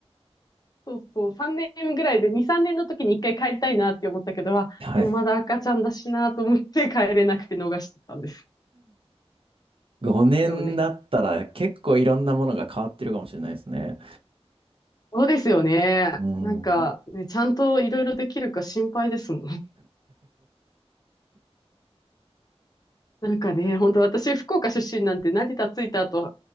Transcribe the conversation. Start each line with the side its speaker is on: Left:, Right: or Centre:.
Left: <laughs> そうそう、3年ぐらいで、2、3年の時に一回帰りたいなって思ったけど、あでもまだ赤ちゃんだしなと思って帰れなくて逃してたんです。
Right: はい。5年だったら結構いろんなものが変わってるかもしれないですね。
Left: でもねそうですよね。
Right: うん。
Left: なんか、ね、ちゃんといろいろできるか心配ですもん。<laughs> なんかね、本当私、福岡出身なんて成田着いた後、